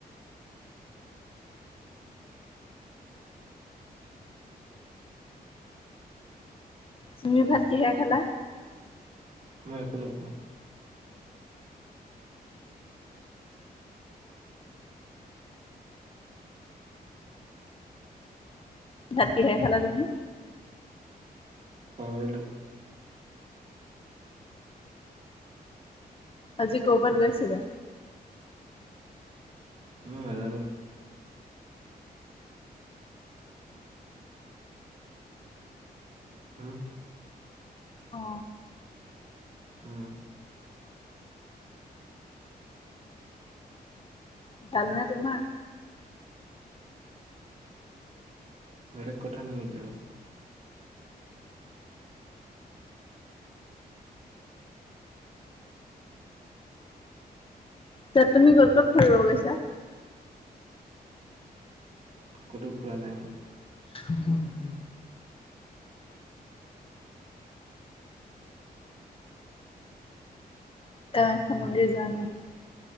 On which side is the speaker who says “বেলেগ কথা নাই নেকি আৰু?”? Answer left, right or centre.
Right